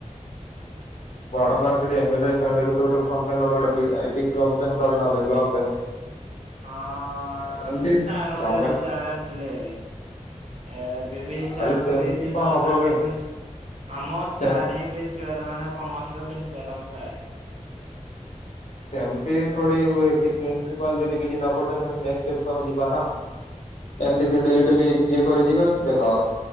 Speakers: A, on the left; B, on the right.
A: ବଡମ୍ବାର ସେଠି ଏମଏଲ, ଫେମେଲ ଗୋଟେ ନଲେ ଗଟେଇ କମ୍ପ୍ଲେନ <unintelligible> ବ୍ଲକ ରେ।
B: ହଁ,
A: ଏମତି
B: ସାରଙ୍କୁ
A: ତମେ
B: ଦେଇଥିଲୁ ସାର ଆଣିଥିଲେ ହେରି। ଏ ବେବି ସାରଙ୍କୁ
A: ଆରେ ସେମିତି
B: ଦେଇଛୁ
A: କଣ
B: ତ
A: ହବ
B: ସାର୍
A: କି
B: ଅଛନ୍ତି, ଆମ
A: ସେମତି
B: ସାର୍ ହିଁ ପ୍ରିନ୍ସ ପ୍ରିନ୍ସିପାଲ୍ ମାନେ କମର୍ସ ର ପ୍ରିନ୍ସିପାଲ ଆମ ସାର୍।
A: ସେମିତି ଥୋଡି ହୁଏ କି ପ୍ରିନ୍ସିପାଲ ଯଦି କିଛି ନ କରୁଛନ୍ତି ତାହେଲେ ନେକ୍ସ୍ଟ ଷ୍ଟେପ୍ କୁ ଆମେ ଯିବା ନା।
B: <inaudible>
A: ଏମିତି ସେ ଡେଲି ଡେଲି ଇଏ କରିଯିବ ଦେଖ